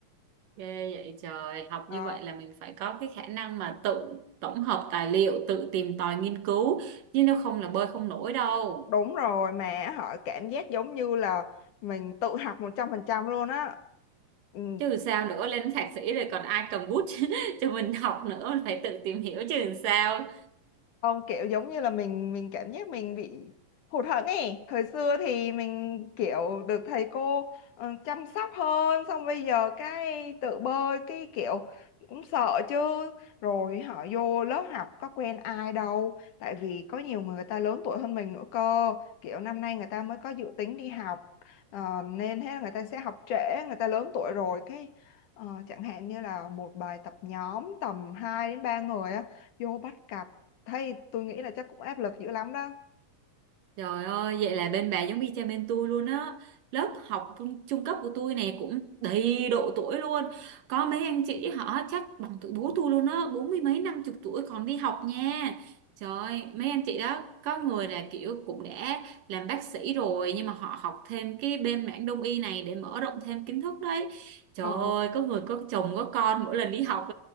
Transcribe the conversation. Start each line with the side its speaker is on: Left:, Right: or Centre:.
Right: ghê vậy trời học
Left: Ờ,
Right: như vậy là mình phải có cái khả năng mà tự tổng hợp tài liệu tự tìm tòi nghiên cứu chứ nếu không là bơi không nổi đâu
Left: đúng rồi mà họ cảm giác giống như là mình tự học một trăm phần trăm luôn á Ừ,
Right: chứ sao nữa lên thạc sĩ rồi còn ai cầm bút <laughs> cho mình học nữa phải tự tìm hiểu chứ làm sao
Left: Không kiểu giống như là mình mình cảm giác mình bị hụt hẫng ấy. Thời xưa thì mình kiểu được thầy cô ờ, chăm sóc hơn, xong bây giờ cái tự bơi cái kiểu cũng sợ chứ. Rồi họ vô lớp học có quen ai đâu, tại vì có nhiều người người ta lớn tuổi hơn mình nữa cơ. Kiểu năm nay người ta mới có dự tính đi học ờ, nên thế là người ta sẽ học trễ, người ta lớn tuổi rồi cái ờ, chẳng hạn như là một bài tập nhóm tầm 2 đến 3 người á vô bắt cặp Thấy tôi nghĩ là chắc cũng áp lực dữ lắm đó.
Right: Trời ơi, vậy là bên bà giống y chang bên tôi luôn á. Lớp học trung, trung cấp của tôi này cũng đầy độ tuổi luôn. Có mấy anh chị họ chắc bằng tuổi bố tôi luôn á, bốn mươi mấy năm chục tuổi còn đi học nha. Trời, mấy anh chị đó có người là kiểu cũng đã làm bác sĩ rồi nhưng mà họ học thêm cái bên mảng đông y này để mở rộng thêm kiến thức đấy. Trời
Left: Ờ.
Right: ơi, có người có chồng có con mỗi lần đi học